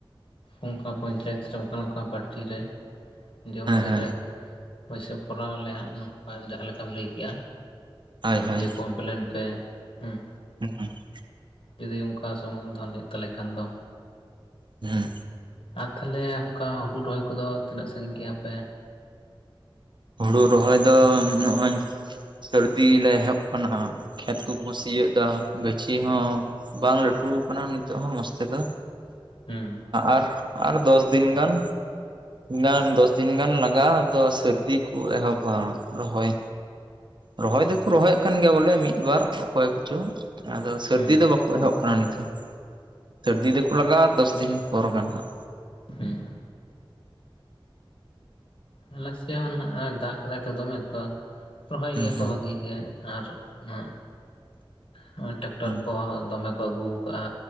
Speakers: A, on the left; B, on the right.
A: ᱚᱱᱠᱟ ᱯᱚᱧᱪᱟᱭᱮᱛ ᱨᱮ ᱚᱱᱠᱟ ᱚᱱᱠᱟ ᱯᱟᱴᱤ ᱨᱮ ᱡᱮ ᱩᱱ ᱫᱤᱱᱨᱮ
B: ᱦᱮᱸ
A: ᱯᱚᱭᱥᱟᱹ ᱠᱚᱨᱟᱣ ᱟᱞᱮ ᱱᱚᱝᱠᱟ ᱡᱟᱦᱟᱸ ᱞᱮᱠᱟᱢ ᱞᱟᱹᱭ ᱠᱮᱜᱼᱟ
B: ᱦᱳᱭ ᱦᱳᱭ
A: ᱡᱮ ᱠᱚᱢᱯᱞᱮᱱ ᱯᱮ ᱦᱮᱸ
B: <unintelligible>
A: ᱡᱩᱫᱤ ᱚᱱᱠᱟ ᱥᱩᱢᱩᱝ ᱫᱷᱚᱱ ᱦᱩᱭᱩᱜ ᱛᱟᱞᱮ ᱠᱷᱟᱱ ᱫᱚ
B: ᱦᱩᱸ
A: ᱟᱨ ᱛᱟᱦᱚᱞᱮ ᱚᱱᱠᱟ ᱦᱩᱲᱩ ᱨᱚᱦᱚᱭ ᱠᱚᱫᱚ ᱛᱤᱱᱟᱹᱜ ᱥᱟᱺᱜᱤᱧ ᱜᱮᱜ-ᱟ ᱯᱮ
B: ᱦᱩᱲᱩ ᱨᱚᱦᱚᱭ ᱫᱚ ᱱᱚᱜᱼᱚᱭ ᱥᱟᱹᱨᱫᱤ ᱞᱮ ᱮᱦᱚᱵ ᱟᱠᱟᱱᱟ ᱠᱷᱮᱛ ᱠᱚᱠᱚ ᱥᱤ ᱮᱫᱟ ᱜᱟᱹᱪᱷᱤ ᱦᱚᱸ ᱵᱟᱝ ᱞᱟᱹᱴᱩ ᱟᱠᱟᱱᱟ ᱱᱤᱛᱚᱜ ᱦᱚᱸ ᱢᱚᱡᱽ ᱛᱮᱫᱚ
A: ᱦᱩᱸ
B: ᱟᱨ ᱟᱨ ᱫᱚᱥ ᱫᱤᱱ ᱜᱟᱱ, ᱜᱟᱱ ᱫᱚᱥ ᱫᱤᱱ ᱜᱟᱱ ᱞᱟᱜᱟᱜᱼᱟ ᱟᱫᱚ ᱥᱟᱹᱨᱫᱤ ᱠᱚ ᱮᱦᱚᱵᱟ ᱨᱚᱦᱚᱭ, ᱨᱚᱦᱚᱭ
A: ᱦᱩᱸ
B: ᱫᱚᱠᱚ ᱨᱚᱦᱚᱭᱮᱫ ᱠᱟᱱ ᱜᱮᱭᱟ ᱵᱚᱞᱮ ᱢᱤᱫ ᱵᱟᱨ ᱚᱠᱚᱭ ᱠᱚᱪᱚᱝ ᱟᱫᱚ ᱥᱟᱹᱨᱫᱤ
A: ᱦᱩᱸ
B: ᱫᱚ ᱵᱟᱠᱚ ᱮᱦᱚᱵ ᱠᱟᱱᱟ ᱱᱤᱛᱚᱜ ᱥᱟᱹᱨᱫᱤ ᱫᱚᱠᱚ ᱞᱟᱜᱟᱜᱼᱟ ᱫᱚᱥ ᱫᱤᱱ ᱯᱚᱨ ᱜᱟᱱ ᱱᱟᱦᱟᱜ
A: ᱦᱩᱸ ᱟᱞᱮᱥᱮᱫ ᱦᱚᱸ ᱱᱟᱦᱟᱜ ᱫᱟᱜ ᱠᱟᱫᱟᱭ ᱛᱚ ᱫᱚᱢᱮ ᱛᱚ ᱨᱚᱦᱚᱭ
B: ᱦᱟᱸᱜ
A: ᱜᱮᱭᱟ ᱠᱚ ᱵᱷᱟᱜᱤ ᱜᱮ ᱟᱨ ᱱᱚᱣᱟ ᱱᱚᱜ-ᱚᱭ ᱴᱨᱟᱠᱴᱟᱨ
B: ᱦᱩᱸ
A: ᱠᱚ ᱫᱚᱢᱮ ᱠᱚ ᱟᱹᱜᱩ ᱟᱠᱟᱜ-ᱟ